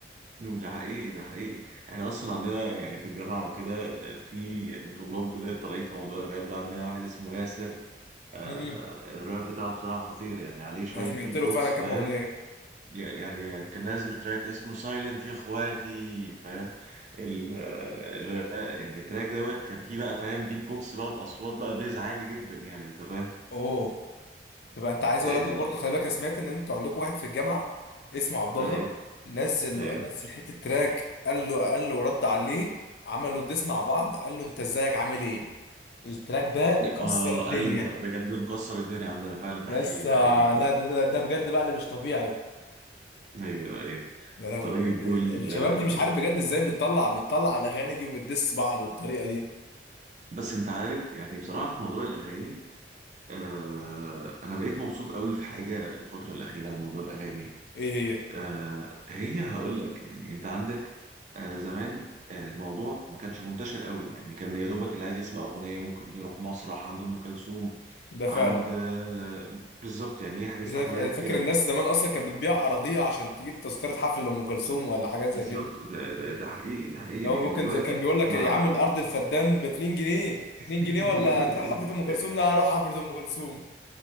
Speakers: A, on the right; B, on the left.
A: ده حقيقي ده حقيقي احنا اصلا عندنا يعني في الجامعة وكده في يعني طلاب جداد طالعين في موضوع الراب ده عندنا واحد اسمه ياسر آه
B: مم.
A: الراب بتاعه بصراحة خطير يعني عليه شوية
B: انا سمعت
A: بيت
B: له
A: بوكس
B: فعلا كام
A: فاهم
B: اغنيه
A: يعني يعني كان نازل تراك اسمه سايلنت يا اخواتي فاهم ال ال- يعني التراك دوت كان فيه بقى فاهم بيت بوكس بقى باصوات بقى بيز عالي جدا يعني انت فاهم
B: اوه تبقى انت عايز
A: يعني
B: اقول لك بقى برضه خلي بالك انا سمعت ان انتوا عندكم واحد في الجامعه اسمه عبد الله
A: ايوه
B: نزل
A: ايوه
B: نزل حته تراك قال له قال له رد عليه عملوا الديس مع بعض قال له انت ازيك عامل ايه التراك ده كسر
A: اه
B: الدنيا
A: ايوه بجد ده مكسر الدنيا عندنا فعلا ده
B: يس
A: حقيقي ده حقيقي فعلا
B: لا ده ده, ده بجد بقى اللي مش طبيعي
A: ايوه ايوه
B: ده لهوي
A: طيب
B: بجد ال-
A: وال
B: الشباب
A: آه،
B: دي مش عارف بجد ازاي بتطلع بتطلع الاغاني دي وبتدس بعض بالطريقه دي
A: بس انت عارف يعني بصراحه في موضوع الاغاني آه انا بقيت مبسوط قوي في حاجه الفتره الاخيره عن موضوع الاغاني
B: ايه هي
A: آه هي هقول لك يعني انت عندك آه زمان آه الموضوع ما كانش منتشر قوي يعني كان يا دوبك اللي عايز يسمع اغنيه ممكن يروح مسرح عند ام كلثوم
B: ده فعلا
A: عند آه بالظبط يعني يحجز
B: زي
A: حفلات
B: ف- فاكر
A: كده
B: الناس
A: يعني
B: زمان اصلا كانت بتبيع اراضيها عشان تجيب تذكره حفله لام كلثوم ولا حاجات
A: بالظبط
B: زي كده
A: ده, ده ده حقيقي ده حقيقي
B: لو
A: لكن
B: ممكن
A: دلوقتي
B: زي كان بيقول لك
A: مع
B: يا عم الارض الفدان ب 2 جنيه 2
A: <laughs>
B: جنيه ولا تروح حفله ام كلثوم لا اروح حفله ام كلثوم